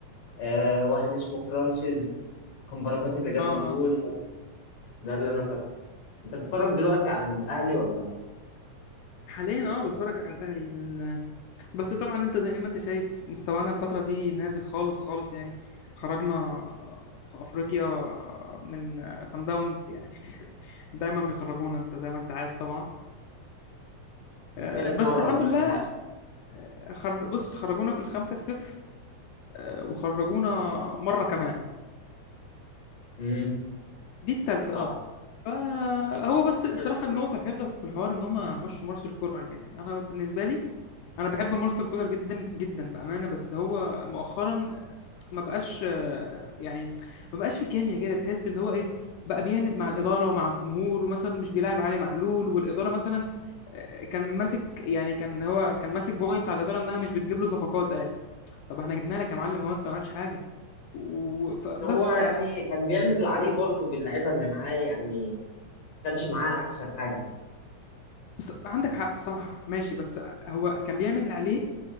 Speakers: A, on the left; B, on the left.
A: آه واحد اسمه فرانسيس كان بركات اللي جاب
B: اه
A: الجون
B: اه
A: و... ده اللي انا فاكره انت بتتفرج دلوقتي على الاهلي ولا لا
B: حاليا اه بتفرج على الاهلي من بس طبعا انت زي ما انت شايف مستوانا الفتره دي نازل خالص خالص يعني خرجنا في افريقيا من سان داونز يعني <laughs> دايما بيخرجونا انت زي ما انت عارف طبعا
A: دي
B: آه،
A: ثالث
B: بس
A: مره
B: الحمد
A: ولا
B: لله
A: ثاني مره
B: آه، خر... بص خرجونا في الخمسة صفر آه، وخرجونا
A: ماشي
B: مرة كمان
A: امم
B: دي التالتة
A: صح
B: اه فهو
A: دي
B: بس
A: دي
B: بصراحة
A: ثالث مره
B: النقطة الحلوة في الحوار ان هما مشوا مارسيل كولر يعني انا بالنسبة لي انا بحب مارسيل كولر جدا جدا بأمانة بس هو مؤخرا ما بقاش آه، يعني ما بقاش في كيمياء كده تحس اللي هو ايه بقى بيعند مع الإدارة ومع الجمهور ومثلا مش بيلاعب علي معلول والإدارة مثلا آه، كان ماسك يعني كان هو كان ماسك بوينت على الإدارة انها مش بتجيب له صفقات قال طب احنا جبنا لك يا معلم هو انت ما عملتش حاجه وبس
A: هو يعني كان بيعمل اللي عليه برضه باللعيبه اللي معاه يعني ما كانش معاه احسن حاجه
B: بس عندك حق صح ماشي بس هو كان بيعمل اللي عليه